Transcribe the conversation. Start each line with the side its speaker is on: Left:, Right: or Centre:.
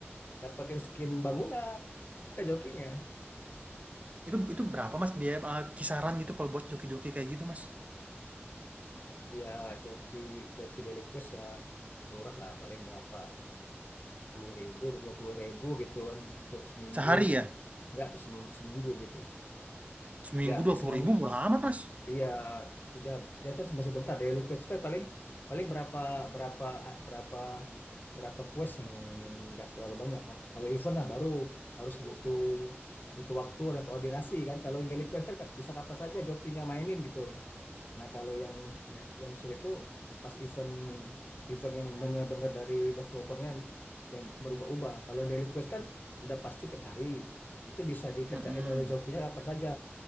Left: dapetin skin bangunan. Ada jokinya.
Right: Itu itu berapa Mas biaya eh, kisaran gitu kalau buat joki-joki kayak gitu Mas?
Left: Iya, joki joki daily quest ya murah lah paling berapa puluh ribu, dua puluh ribu gitu kan untuk seminggu
Right: Sehari
Left: gitu.
Right: ya?
Left: Enggak seminggu, seminggu gitu.
Right: Seminggu
Left: Ya,
Right: dua
Left: eh, semen
Right: puluh ribu murah amat Mas.
Left: Iya, ya, dia kan cuma sebentar daily quest kan paling paling berapa berapa berapa berapa quest yang yang yang nggak terlalu banyak kan. Kalau event lah baru harus butuh butuh waktu dan koordinasi kan. Kalau yang daily quest kan kap- bisa kapan saja jokinya mainin gitu. Nah kalau yang yang sulit itu pas event event yang benar-benar dari developernya yang yang berubah-ubah. Kalau yang daily quest kan udah pasti tiap hari itu bisa dikerjain
Right: Mm-mm.
Left: oleh jokinya kapan saja